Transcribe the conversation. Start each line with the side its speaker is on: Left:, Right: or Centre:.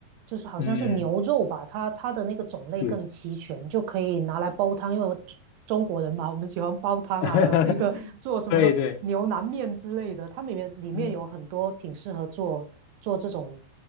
Right: 就是好像是牛肉吧，
Left: 嗯，
Right: 它它的那个种类更齐全，
Left: 对，
Right: 就可以拿来煲汤。因为我中中国人嘛，我们喜欢煲汤啊，
Left: <laughs>
Right: 还有那个做什么牛腩面之类的，
Left: 对对，
Right: 它里面里面有很多挺适合做做这种
Left: 嗯，